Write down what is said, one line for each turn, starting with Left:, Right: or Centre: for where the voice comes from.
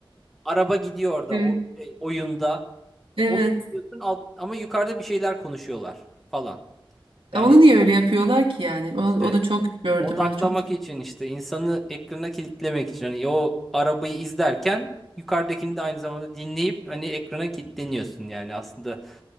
Centre: Araba gidiyor orada
Right: Evet.
Centre: o şey, oyunda.
Right: Evet.
Centre: Onu izliyorsun alt, ama yukarıda bir şeyler konuşuyorlar falan. Yani
Right: Onu niye öyle yapıyorlar ki yani? O,
Centre: işte
Right: o da çok gördüm
Centre: odaklamak
Right: öyle çok.
Centre: için işte insanı ekrana kilitlemek için hani o arabayı izlerken yukarıdakini de aynı zamanda dinleyip hani ekrana kilitleniyorsun yani aslında